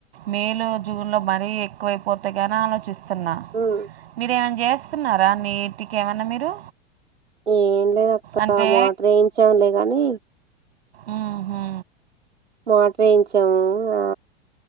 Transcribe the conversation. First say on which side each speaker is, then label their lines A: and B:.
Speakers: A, on the right; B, on the right.
A: మే లో, జూన్ లో మరీ ఎక్కువైపోతే ని ఆలోచిస్త సన్నా
B: ఉమ్
A: మీరే మన్న చే ఇస్తున్నారా నీటికి ఏమన్నా మీరు
B: ఏం లేదు అక్క
A: అంటే
B: మోటర్ ఎం చ్చంలే గానీ
A: అ హ
B: మోటార్ ఏయించాము ఆ